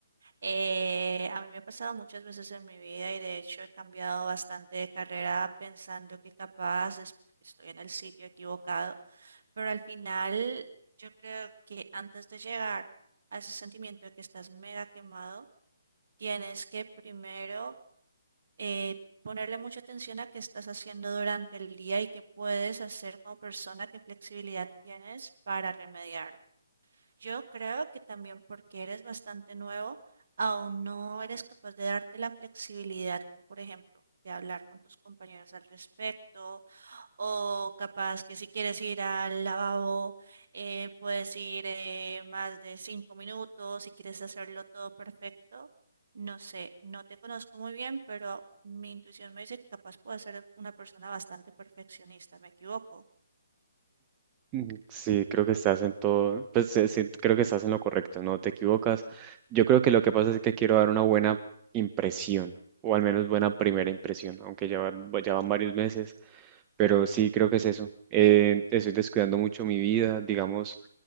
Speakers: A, on the right (about 50°); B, on the right (about 20°).
A: Eh, a mí me ha pasado muchas veces en mi vida y de hecho he cambiado bastante de carrera pensando que capaz es porque estoy en el sitio equivocado, pero al final yo creo que antes de llegar a ese sentimiento de que estás mega quemado, tienes que primero eh, ponerle mucha atención a qué estás haciendo durante el día y qué puedes hacer como persona, qué flexibilidad tienes para remediarlo. Yo creo que también porque eres bastante nuevo, aún no eres capaz de darte la flexibilidad, como por ejemplo, de hablar con tus compañeros al respecto o capaz que si quieres ir al lavabo, eh, puedes ir eh, más de cinco minutos, si quieres hacerlo todo perfecto. No sé, no te conozco muy bien, pero mi intuición me dice que capaz puedo ser una persona bastante perfeccionista. ¿Me equivoco?
B: Mm, Sí, creo que estás en todo, pues sí, sí, creo que estás en lo correcto, no te equivocas. Yo creo que lo que pasa es que quiero dar una buena impresión, o al menos buena primera impresión, aunque ya van, ya van varios meses, pero sí creo que es eso. Eh, estoy descuidando mucho mi vida, digamos,